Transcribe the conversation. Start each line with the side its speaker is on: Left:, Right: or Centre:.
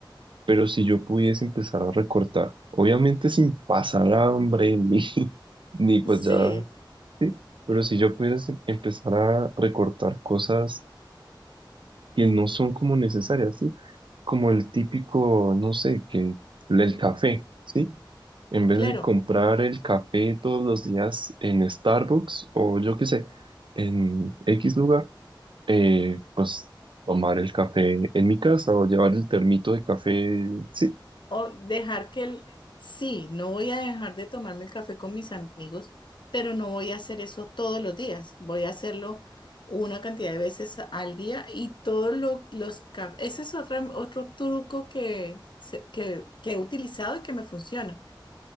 Right: Pero si yo pudiese empezar a recortar, obviamente sin pasar hambre ni, <laughs> ni pues
Left: Sí,
Right: ya Sí, pero si yo pudiera se- empezar a recortar cosas que no son como necesarias, ¿sí? Como el típico, no sé, que el café, ¿sí? En vez
Left: claro.
Right: de comprar el café todos los días en Starbucks o yo qué sé, en X lugar, eh, pues tomar el café en mi casa o llevar el termito de café, sí,
Left: O dejar que el, sí, no voy a dejar de tomarme el café con mis amigos, pero no voy a hacer eso todos los días. Voy a hacerlo una cantidad de veces al día y todos lo- los... ca- Ese es otro, otro truco que, se- que, que he utilizado y que me funciona.